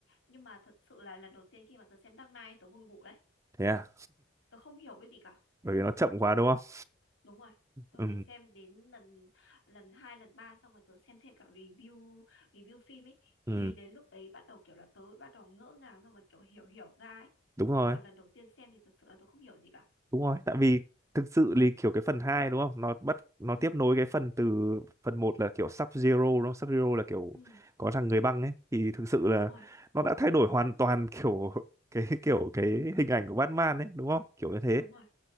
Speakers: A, on the left; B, on the right.
A: nhưng mà thật sự là lần đầu tiên khi mà tớ xem Dark Knight tớ buồn ngủ đấy.
B: thế à
A: Tớ không hiểu cái gì cả.
B: bởi vì nó chậm quá đúng không
A: Đúng rồi. Tớ
B: ừ
A: phải xem đến lần lần hai lần ba xong rồi tớ xem thêm cả review review phim ấy
B: ừ
A: thì đến lúc đấy bắt đầu kiểu là tớ bắt đầu ngỡ ngàng xong rồi kiểu hiểu hiểu ra ấy.
B: đúng rồi
A: Chứ còn lần đầu tiên xem thì thật sự là tớ không hiểu gì cả.
B: đúng rồi tại vì thực sự thì kiểu cái phần 2 đúng không nó bắt nó
A: Ừ.
B: tiếp nối cái phần từ phần một là kiểu Sub Zero đúng không, Sub Zero là kiểu
A: Ừ.
B: có thằng người băng ấy thì thực sự là
A: đúng rồi
B: nó đã thay đổi hoàn toàn <laughs> kiểu cái kiểu cái hình ảnh của Batman ấy đúng không kiểu như thế
A: đúng rồi